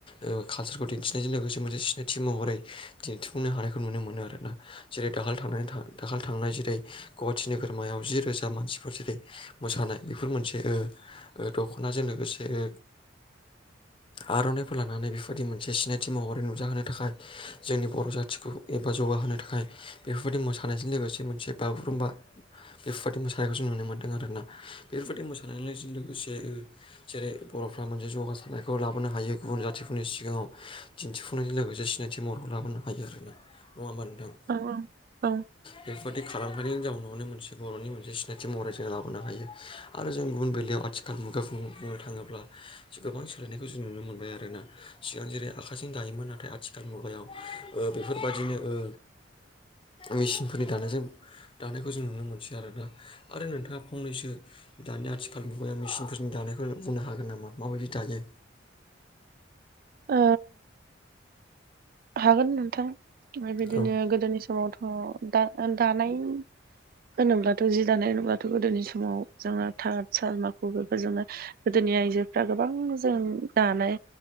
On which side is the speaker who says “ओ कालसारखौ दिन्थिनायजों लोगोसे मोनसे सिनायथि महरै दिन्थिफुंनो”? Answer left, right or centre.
Left